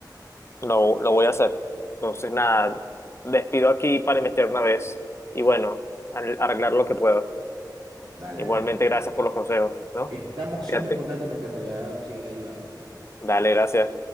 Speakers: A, on the left; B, on the right.
A: lo, lo voy a hacer. Entonces, nada, despido aquí para investigar una vez y bueno, al- arreglar lo que puedo.
B: Dale,
A: Igualmente,
B: Adrián.
A: gracias por los consejos, ¿no?
B: Estamos siempre
A: Fíjate.
B: en contacto y me encantaría seguir ayudándote.
A: Dale, gracias.